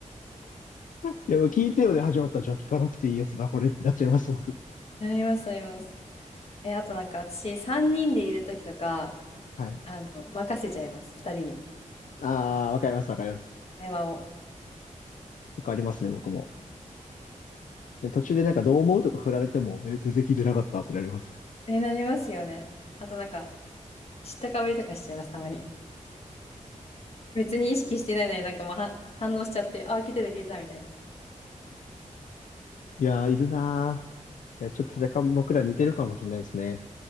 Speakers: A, on the left; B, on the left.
A: いや、もう聞いてよで始まったら、じゃあ聞かなくていいやつだ、これってなっちゃいます、僕。
B: なります、なります。え、あとなんか私、3人でいるときとか、
A: はい。
B: あの、任せちゃいます、2人に。
A: ああ、わかります、わかります。
B: 会話を。
A: 結構ありますね、僕も。で、途中でなんかどう思うとか振られても、え、全然聞いてなかったってなります。
B: え、なりますよね。あとなんか、知ったかぶりとかしちゃいます、たまに。別に意識してないのになんかもうは反応しちゃって、あ、聞いてた、聞いてた、みたいな。
A: いやー、いるなー。いや、ちょっと若干僕ら似てるかもしれないですね。